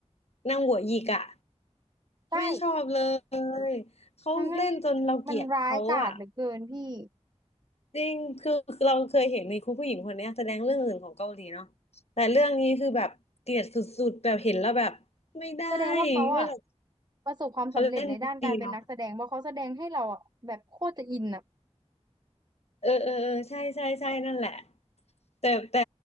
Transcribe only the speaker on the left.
นางหัวหยิกอ่ะ
ไม่ชอบเลยเขาเล่นจนเราเกลียดเขาอ่ะ
จริงคือเราเคยเห็นในครูผู้หญิงคนเนี้ยแสดงเรื่องอื่นของเกาหลีเนาะแต่เรื่องนี้คือแบบเกลียดสุดๆแบบเห็นแล้วแบบไม่ได้
เมื่อไหร่
เขาเล่นดีเนาะเออเออเออใช่ใช่ใช่นั่นแหละ แต่แต่